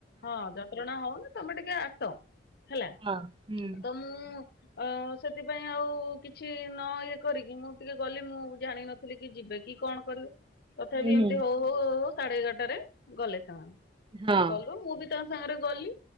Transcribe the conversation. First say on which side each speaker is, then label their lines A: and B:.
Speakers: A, on the left; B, on the right.
A: ହଁ ଯ ନ୍ତ୍ରଣା ହଉନି ତମେ ଟିକେ ଆସ ହେଲା
B: ହଁ ହୁଁ
A: ତ ମୁଁ ଅ ସେଥିପାଇଁ ଆଉ କିଛି ନ ଇଏ କରିକି ମୁଁ ଟିକେ ଗଲି ମୁଁ ଜାଣିନ ଥିଲିକି ଯିବେ କି କଣ କରିବେ? ତଥାପି
B: ହୁଁ
A: ଏମିତି ହଉ ହଉ ହଉ ହଉ ସାଢେ ଏଗାରଟାରେ ଗଲେ ସେମାନେ।
B: ହଁ
A: ଗଲୁ ମୁଁ ବି ତ ତା ସାଙ୍ଗରେ ଗଲି